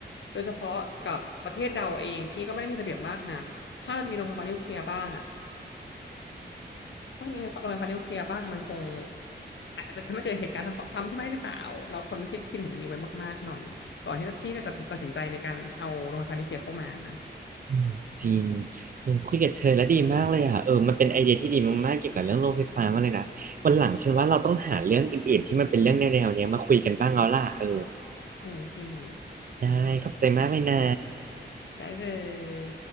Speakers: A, on the left; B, on the right.
A: โดยเฉพาะกับประเทศเราเองที่ก็ไม่ได้มีระเบียบมากนักถ้าเราจะมีโรงไฟฟ้านิวเคลียร์บ้างอ่ะถ้าจะมีโรงไฟฟ้าโรงไฟฟ้านิวเคลียร์บ้างอะมันคงอาจจะไม่เกิดเหตุการณ์ซ้ำซ้ำขึ้นมาได้หรือเปล่าเราคนคิดคิดถึงเรื่องนี้ไว้มากๆหน่อยก่อนที่จะที่จะตัดสินตัดสินใจในการเอาโรงไฟฟ้านิวเคลียร์เข้ามานะ
B: อืมจริงเออคุยกับเธอแล้วดีมากเลยอ่ะเออมันเป็นไอเดียที่ดีมากๆเกี่ยวกับเรื่องโรงไฟฟ้ามาเลยนะวันหลังฉันว่าเราต้องหาเรื่องอื่นๆที่มันเป็นเรื่องแนวๆเนี้ยมาคุยกันบ้างแล้วล่ะเออ
A: อืมจริง
B: ได้ขอบใจมากเลยนะ
A: ได้เลย